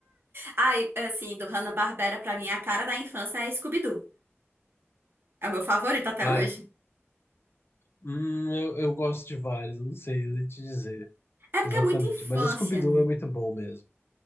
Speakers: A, on the right (about 55°); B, on the left (about 60°).
A: Ai, assim, do Hanna-Barbera pra mim, a cara da infância é Scooby-Doo. É o meu favorito até
B: Ah,
A: hoje.
B: é. Hum, eu, eu gosto de vários, eu não sei te dizer.
A: É porque
B: Exatamente.
A: é muita infância,
B: Mas Scooby-Doo
A: né?
B: é muito bom mesmo.